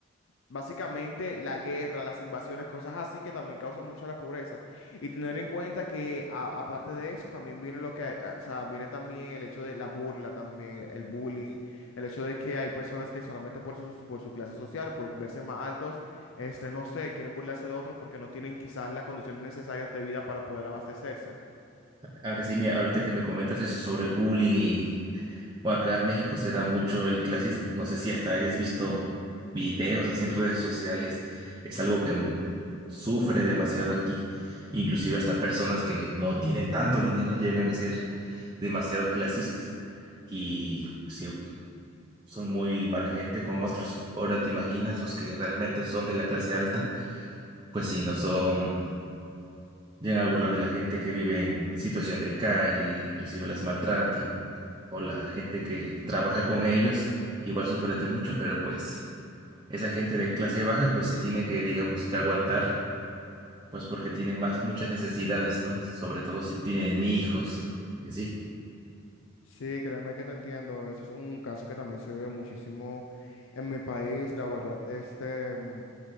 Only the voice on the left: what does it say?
básicamente la guerra, las invasiones, cosas así que también causan mucho la pobreza. Y tener en cuenta que a- aparte de eso también viene lo que, eh, o sea, viene también el hecho de la burla también, el bullying el hecho de que hay personas que solamente por su, por su clase social o por verse más altos, este, no sé, quieren burlarse de otros porque no tienen quizás las condiciones necesarias de vida para poder abastecerse.
Sí, créeme que te entiendo. Eso es un caso que también se ve muchísimo en mi país. La verdad, este mm,